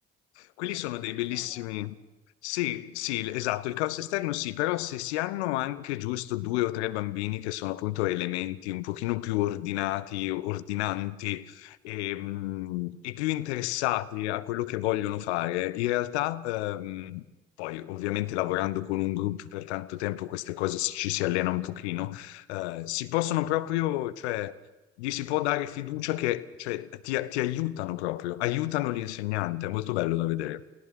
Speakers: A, on the left; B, on the right.
A: Quelli
B: quella
A: sono
B: distrazione,
A: dei bellissimi.
B: ecco.
A: Sì, sì, l- esatto, il caos esterno sì, però se si hanno anche giusto due o tre bambini che sono appunto elementi un pochino più ordinati, ordinanti e, mm, e più interessati a quello che vogliono fare, in realtà, ehm, poi ovviamente lavorando con un gruppo per tanto tempo queste cose ci si allena un pochino, eh, si possono proprio, cioè gli si può dare fiducia che cioè, ti, ti aiutano proprio, aiutano l'insegnante, è molto bello da vedere.